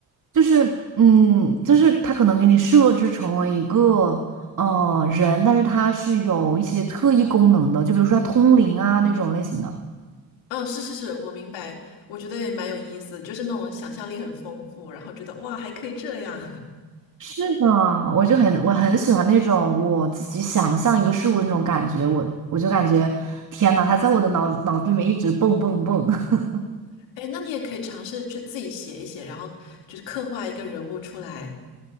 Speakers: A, on the right; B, on the left.
A: 就是嗯，就是他可能给你设置成为一个呃人，但是他是有一些特异功能的，就比如说他通灵啊那种类型的。
B: 嗯、是是是，我明白，我觉得也蛮有意思，就是那种想象力很丰富，然后觉得哇，还可以这样。
A: 是的，我就很我很喜欢那种我自己想象一个事物的那种感觉，我我就感觉天呐，他在我的脑脑子里面一直蹦蹦蹦。<laughs>
B: <laughs> 哎，那你也可以尝试去自己写一写，然后就是刻画一个人物出来。